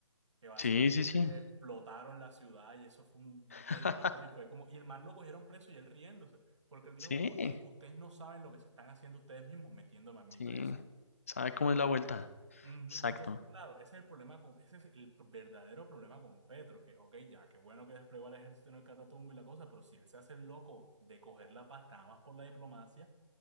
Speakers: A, on the right; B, on the left.
A: que básicamente
B: Sí, sí, sí,
A: explotaron la ciudad y eso fue un
B: <laughs>
A: desmadre y fue como, y el man lo cogieron preso y él riéndose, porque él dijo
B: sí,
A: como, hey, ustedes no saben lo que se están haciendo ustedes mismos metiéndome a mí
B: sí.
A: preso.
B: ¿Sabe cómo es la vuelta?
A: Ujú,
B: Exacto.
A: Y entonces, claro, ese es el problema con, ese es el p- verdadero problema con Petro, que, ok, ya, qué bueno que desplegó al ejército en el Catatumbo y la cosa, pero si él se hace el loco de coger la pasta nada más por la diplomacia,